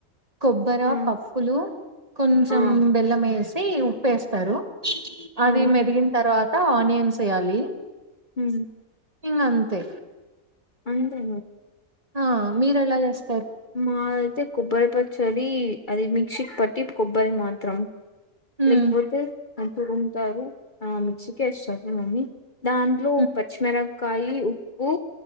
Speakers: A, on the right; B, on the left.
A: కొబ్బరి
B: ఆ
A: పప్పులు కొంచెం
B: ఆ
A: బెల్లం వేసి ఉప్పు ఏస్తారు అది
B: ఆ
A: మెదిగిన తర్వాత ఆనియన్స్ ఏయాలి
B: ఉ
A: ఇంగ్ అంతే
B: అంతే
A: ఆ మీరెలా చేస్
B: మాది అయితే కొబ్బరి పచ్చడి అది మిక్సీకి పట్టి కొబ్బరి మాత్రం
A: ఉమ్
B: లేకపోతే రుబ్బుకుంటారు ఆ మిక్సీకి ఏస్తాది మమ్మీ దాంట్లో
A: ఉమ్
B: పచ్చిమిర కాయలు ఉప్పు